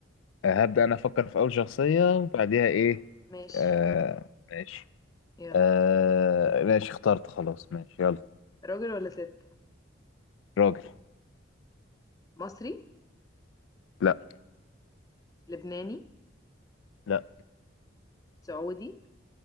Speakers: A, on the left; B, on the left.
A: آه هبدأ أنا أفكر في أول شخصية وبعديها إيه
B: ماشي
A: آه ماشي
B: يلا
A: آه ماشي اخترت خلاص ماشي يلا
B: راجل ولا ست
A: راجل
B: مصري
A: لا
B: لبناني
A: لا
B: سعودي